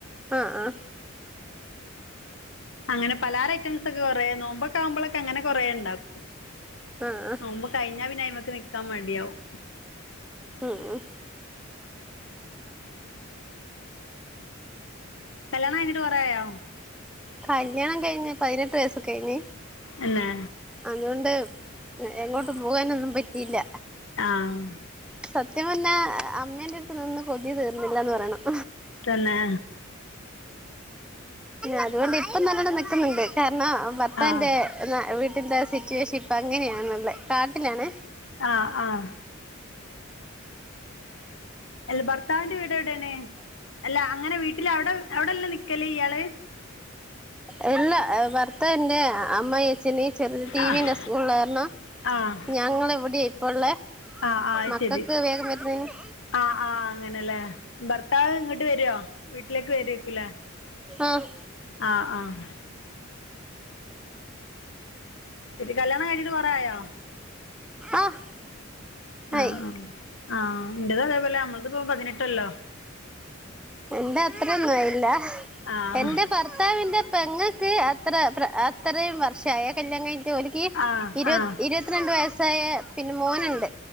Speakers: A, in the centre; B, on the left.
A: ആഹ് ആഹ്
B: അങ്ങനെ പലഹാര ഐറ്റംസ് ഒക്കെ കൊറെ നോമ്പൊക്ക ആവുമ്പോളൊക്കെ അങ്ങനെ കൊറേ ണ്ടാക്കും
A: ആഹ് ആഹ്
B: നോമ്പ് കയിഞ്ഞ പിന്നേ അയ്മക്ക് നിക്കാൻ മടിയാവും
A: ആഹ് ആഹ്
B: കല്യാണം കയിഞ്ഞിട്ട് കൊറായോ
A: കല്യാണം കയിഞ് പതിനെട്ട് വയസ്സ് കയ്ഞ്ഞ്
B: തന്നെ
A: അതുകൊണ്ട് എങ്ങോട്ടും പോകാനൊന്നും പറ്റിയില്ല
B: ആഹ്
A: സത്യം പറഞ്ഞ അമ്മേന്റെ അടുത്ത് നിന്ന് കൊതി തീർന്നില്ലന്ന് പറയണം
B: തന്നെ
A: അതുകൊണ്ട് ഇപ്പം നല്ലോണം നിക്കുന്നുണ്ട് കാരണം ഭർത്താവിന്റെ
B: ആഹ്
A: വീട്ടില്ത്തേ സിറ്റുവേഷൻ ഇപ്പൊ അങ്ങനെയാണുള്ളെ കാട്ടിലാണെ
B: ആഹ് ആഹ് ൽ ഭർത്താവിന്റെ വീ ട് എവിടേണ് അല്ല അങ്ങനെ വീട്ടിൽ അവിടെ അവിടെല്ല നിക്കല് ഇയാള്
A: എല്ല ഭർത്താവിന്റെ അമ്മ ച്ഛന് ചെറിയ ടീവിന്റെ
B: ആഹ്
A: അസുഖള്ള കാരണം
B: ആഹ്
A: ഞങ്ങള് ഇവിടെ ഇപ്പ ഉള്ളേ
B: ആഹ് ആഹ്
A: മക്കക്ക്
B: ശരി
A: വേഗം വരുന്നേന്
B: ആഹ് ആഹ് അങ്ങനെല്ലേ ഭർത്താവ് ഇങ്ങട്ട് വരോ വീട്ടിലേക്ക് വരേര്ക്കുല്ലേ
A: ആഹ്
B: ആഹ് ആഹ് ശെരി കല്യാണം കയിഞ്ഞിട്ട് കൊറെയോ
A: ആഹ്
B: ആഹ്
A: ആയി
B: ആഹ് ആ എന്റത് അതേപോലെ നമ്മളത്പ്പ പതിനെട്ടൊല്ലം
A: എന്റെ അത്രന്നായില്ല
B: ആഹ്
A: എന്റെ ഭർത്താവിന്റെ പെങ്ങക്ക് അത്ര അത്രയും വർഷായേ കല്യാണം കയിഞ്ഞിട്ട് ക്ക്
B: ആഹ്
A: ഇരു
B: ആഹ്
A: ഇരുപത്തിരണ്ട് വയസ്സായ പിന്നെ മോനുണ്ട്